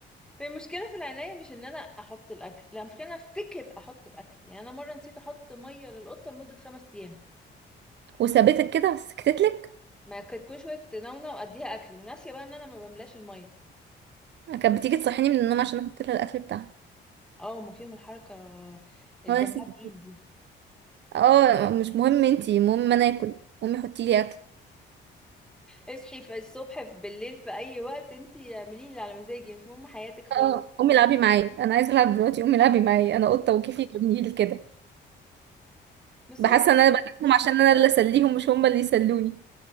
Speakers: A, in the centre; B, on the right.
A: المشكله في العنايه مش ان انا احط الاكل لا المشكله إن انا افتكر احط الاكل يعني انا مره نسيت احط ميه للقطه لمده خمس ايام
B: وثابتك كده وسكتتلك
A: ما كانت كل شويه نونة واديها اكل وناسيه بقى ان انا ما بملاش الميه
B: كانت بتيجي تصحيني من النوم عشان احط لها الاكل بتاعها
A: اه هما فيهم الحركه الدمها
B: هو يا ستي
A: تقيل دي
B: اه مش مهم انتي المهم انا اكل امي حطي لي اكل
A: اصحي في الصبح في بالليل في اي وقت انتي اعملي اللي على مزاجي مش مهم حياتك خالص
B: اه امي العبي معايا انا عايزه العب دلوقتي امي العبي معايا انا
A: أيوة.
B: قطه وكيفي جميل لي كده
A: بس
B: بحس
A: هم
B: ان انا بجيبهم عشان انا اللي اسليهم مش هم اللي يسلوني